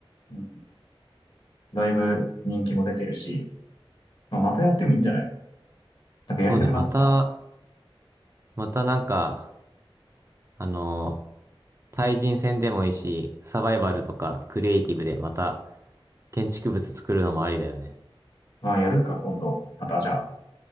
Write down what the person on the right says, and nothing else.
そうね、また、またなんか、あのー対人戦でもいいし、サバイバルとかクリエイティブでまた建築物作るのもありだよね。